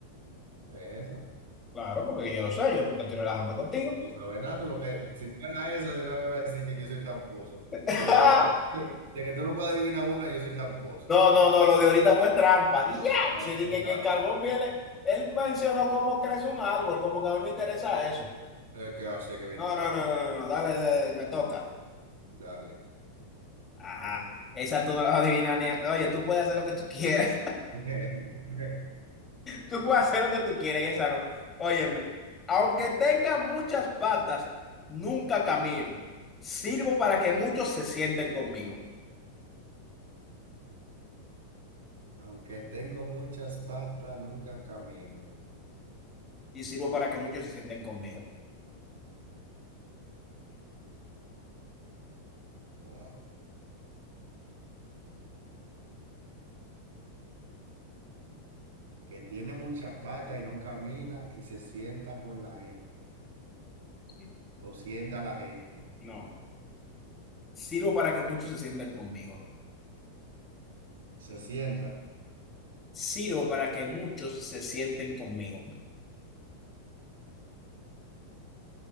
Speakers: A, on the right (about 55°); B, on the left (about 20°).
A: es esa.
B: Claro, porque yo lo sé, yo porque estoy relajando contigo.
A: Sí. Tú no sabes nada, tú lo que, si tú eras esa, yo una vez iba a decir que yo soy tramposo.
B: <laughs>
A: Porque de que, tú de que tú no puedes adivinar una, yo soy tramposo.
B: No, no, no, lo de ahorita fue trampa. Diache,
A: No, es
B: dije
A: una trampa.
B: que el carbón viene. Él mencionó cómo crece un árbol, como que a mí me interesa eso.
A: Es que así que viene
B: No,
A: el carbón.
B: no, no, no, no, no, dale, dale, me toca.
A: Dale.
B: Ajá, esa tú no la vas a adivinar ni. a- Oye, tú puedes hacer lo que tú quieras.
A: <laughs>
B: Tú puedes hacer lo que tú quieras y esa no. Óyeme, aunque tenga muchas patas, nunca camino. Sirvo para que muchos se sienten conmigo.
A: Aunque tengo muchas patas, nunca camino.
B: Y sirvo para que muchos se sienten conmigo.
A: Wow. Que tiene muchas patas y no camina y se sienta con la gente.
B: Sí.
A: O sienta a la gente.
B: No. Sirvo para que muchos se sienten conmigo.
A: Se sientan.
B: Sirvo para que muchos se sienten conmigo.